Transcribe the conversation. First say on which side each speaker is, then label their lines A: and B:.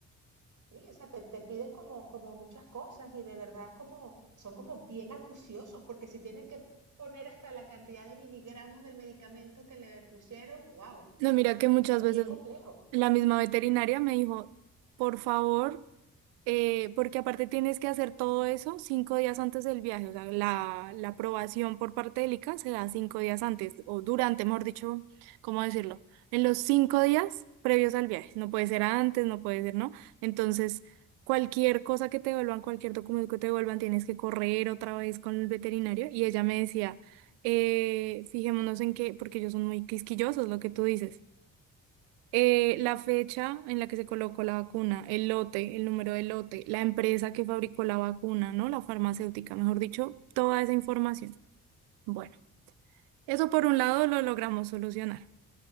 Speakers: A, on the right (about 45°); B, on the right (about 65°).
A: sí, o sea, te, te piden como, como muchas cosas y de verdad es como, son como bien acuciosos porque si tienen que poner hasta la cantidad de miligramos del medicamento que le pusieron, wow,
B: No, mira que muchas
A: es bien
B: veces
A: complejo.
B: la misma veterinaria me dijo, por favor, eh, porque aparte tienes que hacer todo eso cinco días antes del viaje, o sea, la, la aprobación por parte del ICA se da cinco días antes, o durante, mejor dicho, ¿cómo decirlo? En los cinco días previos al viaje, no puede ser antes, no puede ser, ¿no? Entonces, cualquier cosa que te devuelvan, cualquier documento que te devuelvan, tienes que correr otra vez con el veterinario, y ella me decía, eh, fijémonos en que, porque ellos son muy quisquillosos, lo que tú dices. Eh, la fecha en la que se colocó la vacuna, el lote, el número de lote, la empresa que fabricó la vacuna, ¿no? La farmacéutica, mejor dicho, toda esa información. Bueno, eso por un lado lo logramos solucionar.